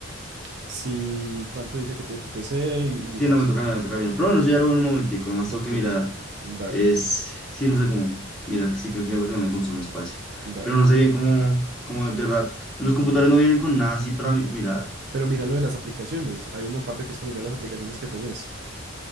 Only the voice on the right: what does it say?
si cuánto dice que tiene tu PC y, y mira
eso.
Ok,
dale,
dale.
Pero mira lo de las aplicaciones. Hay una parte que es para mirar las aplicaciones que tenés.